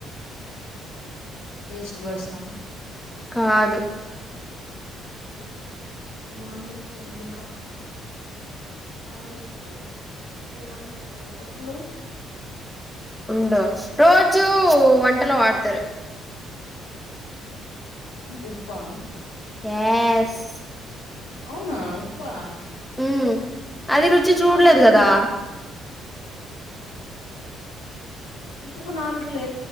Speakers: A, on the left; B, in the centre.
A: టెస్ట్ బర్డ్స్అ
B: కాదు
A: నాలుకో ఉందిక నాలుక్ ఏలా అనుకుంటారు బక్లు
B: ఉండో రోజు వంటలో వాడతారు.
A: ఉప్పా
B: ఏస్
A: అవునా ఉప్పా
B: ఉమ్ అది రుచి
A: ఉప్పుకు
B: చూడలేదు
A: నాలుకేడుంది
B: కదా
A: ఉప్పుకు నాలుక లే